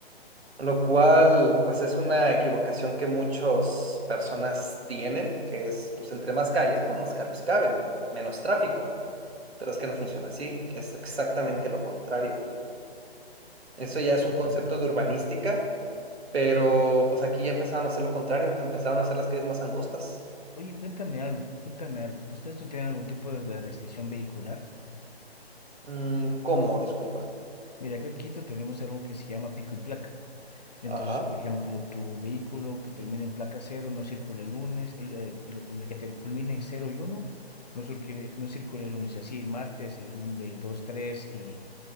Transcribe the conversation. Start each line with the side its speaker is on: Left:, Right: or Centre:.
Right: Lo cual,
Left: Ok,
Right: pues es una equivocación que muchas personas tienen, que es, pues entre más calles, pues más carros caben, menos tráfico. Pero es que no funciona así, es exactamente lo contrario. Eso ya es
Left: entiendo.
Right: un concepto de urbanística, pero pues aquí ya empezaron a hacer lo contrario, empezaron a hacer las calles más angostas.
Left: Oye, cuéntame algo, cuéntame algo. ¿Ustedes no tienen algún tipo de de restricción vehicular?
Right: Mm, ¿cómo? Disculpa.
Left: Mira, acá en Quito tenemos algo que se llama pico y placa. Entonces,
Right: Ajá.
Left: por ejemplo, tu vehículo que termina en placa cero no circula el lunes, el, eh, el- el que te- culmina en cero y uno no, circule- no circula el lunes, y así el martes, el, lun- el 2 3 y